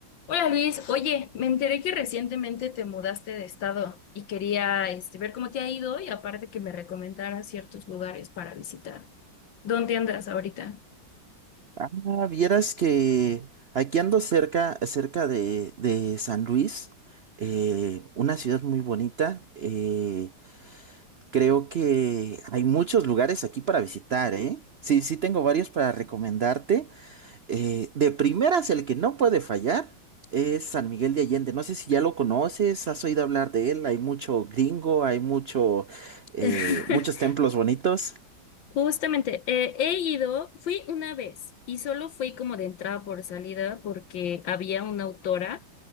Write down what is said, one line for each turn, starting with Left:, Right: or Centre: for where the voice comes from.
Left: Hola Luis, oye, me enteré que recientemente te mudaste de estado y quería este, ver cómo te ha ido y aparte que me recomendaras ciertos lugares para visitar. ¿Dónde andas ahorita?
Right: Ah, vieras que aquí ando cerca, cerca de, de San Luis, eh, una ciudad muy bonita. eh, creo que hay muchos lugares aquí para visitar, ¿eh? Sí, sí tengo varios para recomendarte. eh, de primeras, el que no puede fallar es San Miguel de Allende. No sé si ya lo conoces, has oído hablar de él. Hay mucho gringo, hay mucho, eh,
Left: <laughs>
Right: muchos templos bonitos.
Left: Justamente, eh, he ido, fui una vez y solo fui como de entrada por salida porque había una autora